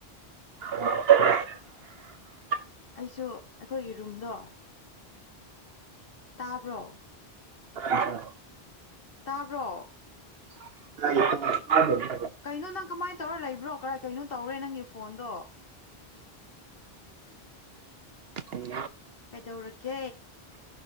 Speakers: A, on the right; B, on the left.
A: ꯑ
B: ꯑꯩꯁꯨ ꯑꯩꯈꯣꯏꯒꯤ ꯔꯨꯝꯗꯣ ꯇꯥꯕ꯭ꯔꯣ
A: ꯍꯔ
B: ꯇꯔꯣ
A: ꯣ
B: ꯀꯩꯅꯣ ꯅꯪ ꯀꯃꯥꯏ ꯇꯧꯔ ꯂꯩꯕ꯭ꯔꯣ ꯀꯔ ꯀꯩꯅꯣ ꯇꯧꯔꯦ ꯅꯪꯒꯤ ꯐꯣꯟꯗꯣ
A: ꯎꯝ
B: ꯀꯩꯗꯧꯔꯒꯦ